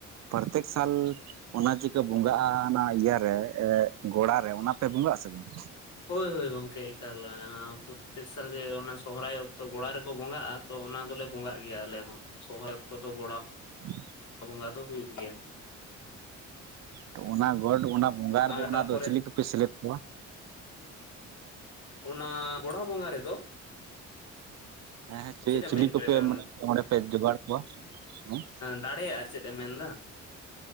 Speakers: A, on the right; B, on the left.
A: ᱯᱨᱚᱛᱛᱮᱠ ᱥᱟᱞᱼᱼ ᱚᱱᱟ ᱡᱮ ᱯᱮ ᱵᱚᱸᱜᱟᱜᱼᱟ ᱚᱱᱟ ᱤᱭᱟ ᱨᱮ ᱜᱚᱲᱟ ᱨᱮ ᱚᱱᱟ ᱯᱮ ᱵᱚᱸᱜᱟᱜᱼᱟ ᱥᱮ ᱵᱟᱝ?
B: ᱦᱳᱭ ᱦᱳᱭ ᱜᱚᱝᱠᱮ ᱮᱠᱟᱞ ᱯᱨᱚᱛᱮᱠ ᱥᱟᱞ ᱜᱮ ᱚᱱᱟ ᱥᱚᱨᱦᱟᱭ ᱚᱠᱛᱚ ᱜᱚᱲᱟ ᱨᱮᱼᱼ ᱠᱚ ᱵᱚᱸᱜᱟᱜᱼᱟ ᱛᱚ ᱚᱱᱟ ᱫᱚᱞᱮ ᱵᱚᱸᱜᱟᱜ ᱜᱮᱭᱟ ᱟᱞᱮ ᱦᱚᱸ ᱥᱚᱨᱦᱟᱭ ᱚᱠᱛᱚ ᱫᱚ ᱜᱚᱲᱟᱼᱼ
A: <inaudible>
B: ᱵᱚᱸᱜᱟ ᱫᱚ ᱦᱩᱭᱩᱜ ᱜᱮᱭᱟ᱾
A: ᱛᱚ ᱚᱱᱟ ᱜᱚᱰ ᱚᱱᱟ ᱵᱚᱸᱜᱟ ᱨᱮᱫᱚ
B: ᱟᱨ
A: ᱚᱱᱟ
B: ᱛᱟᱯᱚᱨᱮ
A: ᱫᱚ ᱪᱤᱞᱤ ᱠᱚᱯᱮ ᱥᱮᱞᱮᱫ ᱠᱚᱣᱟ?
B: ᱚᱱᱟ ᱜᱚᱲᱟ ᱵᱚᱸᱜᱟ ᱨᱮᱫᱚ?
A: ᱦᱮᱸ ᱦᱮᱸ
B: ᱪᱮᱫ ᱮᱢ
A: ᱪᱤᱞᱤ
B: ᱢᱮᱱ
A: ᱠᱚᱯᱮ
B: ᱦᱚᱪᱚᱭᱮᱫᱟ
A: ᱢᱟᱱᱮ ᱚᱸᱰᱮ ᱯᱮ ᱡᱚᱸᱜᱟᱲ ᱠᱚᱣᱟ ᱦᱩᱸ?
B: ᱫᱟᱲᱮ ᱟᱨ ᱪᱮᱫ ᱮᱢ ᱢᱮᱱ ᱫᱟ?